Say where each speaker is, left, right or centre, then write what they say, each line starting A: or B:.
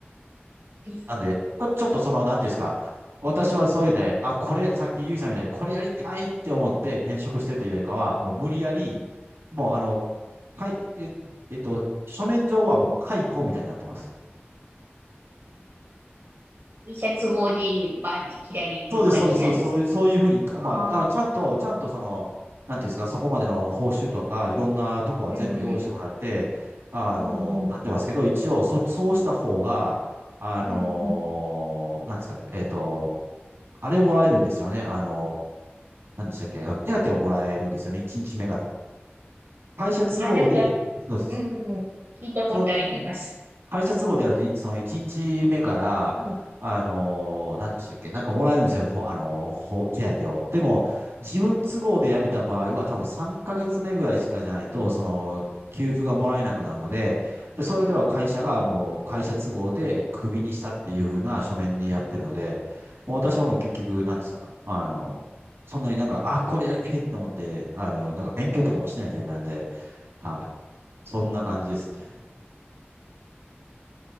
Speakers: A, on the right; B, on the right.
A: リ、
B: なんで、ちょちょっとその、なんていうんですか、私はそういうで、あ、これ、さっきゆいさんみたいに、これやりたいって思って転職してるというよりかは、もう無理やり、もうあの、かい、え、えっと、書面上はもう解雇みたいになってます。
A: リシャツ号でバンって切られる感じなんです。
B: そうです、そうです、そうです、そういう、そういうふうに、
A: ああ、
B: まあ、あの、ちゃんと、ちゃんとその、なんていうんですか、そこまでの報酬とか、いろんなとこは全部用意してもらって、
A: うん、
B: あの、
A: うん、うん、
B: なってますけど、一応、そ、そうした方が、あの、
A: うん。うん
B: なんですか、えっと、あれをもらえるんですよね。あの、何でしたっけ、あの手当をもらえるんですよね、1日目から。会社都合で、
A: あ、なんか、
B: そうです。
A: うん、聞いたことあります。
B: そ、会社都合でやると、いその1日目から、
A: うん
B: あのー、何でしたっけ、なんかもらえるんですよ、ほあのー、ほ手当を。でも、自分都合で辞めた場合は、多分3ヶ月目ぐらいしかじゃないと、その、給付がもらえなくなるので、で、そういう意味では会社がもう会社都合でクビにしたっていうふうな書面にやってるので、もう私はもう結局、なんですか、あの、そんなになんか、あ、これやりたいと思って、あの、なんか勉強とかもしないタイプなんで、はい。そんな感じですね。